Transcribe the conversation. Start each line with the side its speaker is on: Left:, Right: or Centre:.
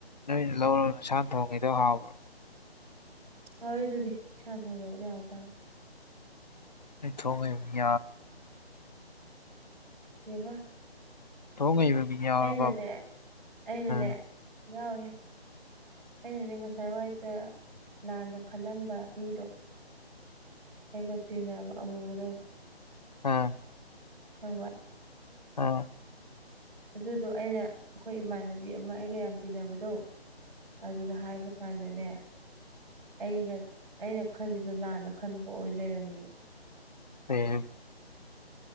Left: ꯅꯣꯏꯅ ꯂꯧꯔꯣ ꯅꯁꯥ ꯊꯣꯡꯉꯗꯣ ꯍꯥꯎꯕ꯭ꯔꯥ
Right: ꯍꯥꯎꯋꯦ ꯑꯗꯨꯗꯤ ꯏꯁꯥꯅ ꯊꯣꯡꯖꯕꯗꯤ ꯍꯥꯎ ꯇꯥꯅꯤ
Left: ꯊꯣꯡꯉ <unintelligible>
Right: ꯀꯩꯕ
Left: ꯊꯣꯡ ꯍꯩꯕ ꯃꯤ ꯌꯥꯎꯔꯕ
Right: ꯑꯩꯅꯅꯦ ꯑꯩꯅꯅꯦ
Left: ꯑꯗꯨꯁꯨ
Right: ꯌꯥꯎꯔꯦ ꯑꯩꯅꯅꯦ ꯉꯁꯥꯏꯋꯥꯋꯥꯏꯗ ꯂꯥꯟꯅ ꯈꯜꯂꯝꯕ ꯃꯤꯗꯣ ꯑꯩꯒ ꯇꯤꯟꯅꯕ ꯑꯃꯨꯕꯗꯣ
Left: ꯑꯥ
Right: ꯈꯪꯕ
Left: ꯍꯥ
Right: ꯑꯗꯨꯗꯣ ꯑꯩꯅ ꯑꯩꯈꯣꯏ ꯏꯃꯥꯟꯅꯕꯤ ꯑꯃ ꯑꯩꯒ ꯌꯥꯝ ꯇꯤꯟꯅꯕꯗꯣ ꯑꯗꯨꯗ ꯍꯥꯏꯕ ꯀꯥꯟꯗꯅꯦ ꯑꯩꯅ ꯑꯩꯅ ꯈꯜꯂꯤꯗꯣ ꯂꯥꯟꯅ ꯈꯟꯕ ꯑꯣꯏ ꯂꯩꯔꯝꯃꯦꯕ
Left: <unintelligible>